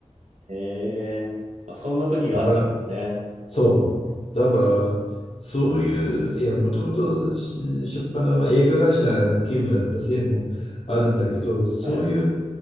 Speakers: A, on the right; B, on the left.
A: へえ。まあ、そんな時があったんですね。
B: だから、そう。だから、そういう、いや、もともとし初っ端は映画会社勤務だったせいもあるんだけど、そういう
A: はい。